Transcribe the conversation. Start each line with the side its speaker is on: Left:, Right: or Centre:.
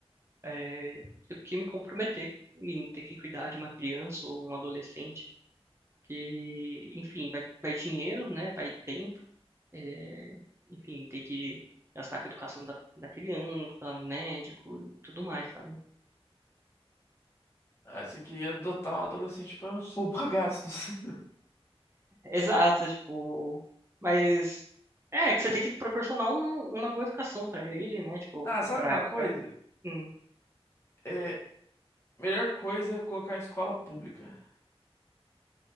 Right: é, do que me comprometer em ter que cuidar de uma criança ou um adolescente, porque, enfim, vai, vai dinheiro, né? Vai tempo, é, enfim, ter que gastar com a educação da, da criança, médico e tudo mais, sabe?
Left: Ah, Essa aqui ia adotar um adolescente pra poupa gastos. <laughs>
Right: Exato, tipo, mas é que você tem que proporcionar um- uma boa educação pra ele, né? Tipo,
Left: Ah,
Right: ou
Left: sabe
Right: pra,
Left: uma coisa?
Right: pra ela. Hum.
Left: É, melhor coisa é colocar em escola pública.